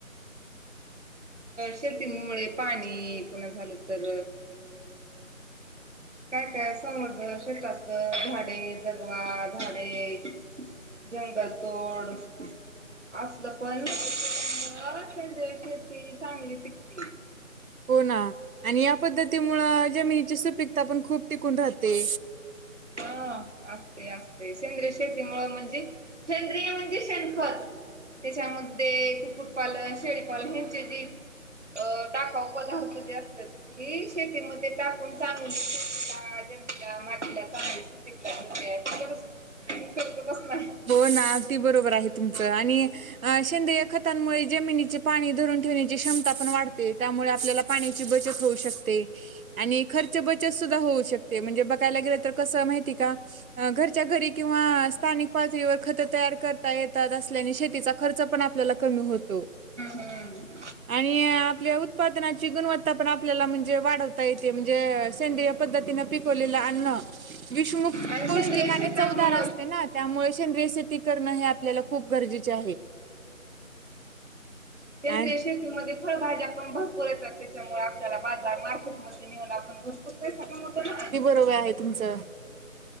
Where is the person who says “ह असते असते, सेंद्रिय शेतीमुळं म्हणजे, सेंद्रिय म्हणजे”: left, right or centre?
Right